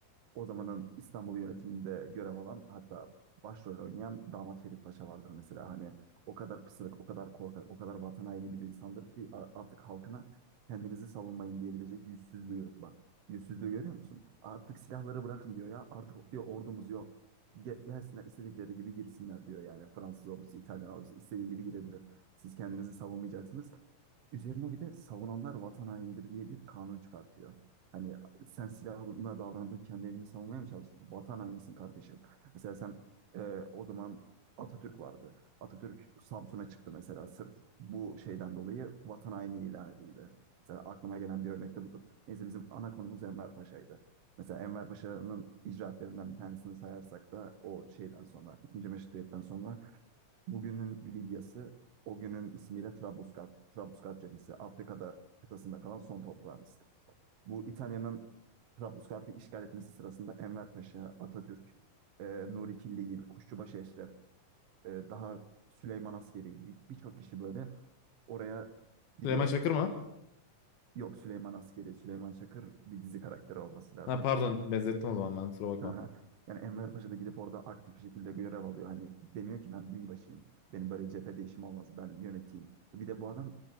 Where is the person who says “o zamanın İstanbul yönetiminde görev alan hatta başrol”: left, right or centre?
Right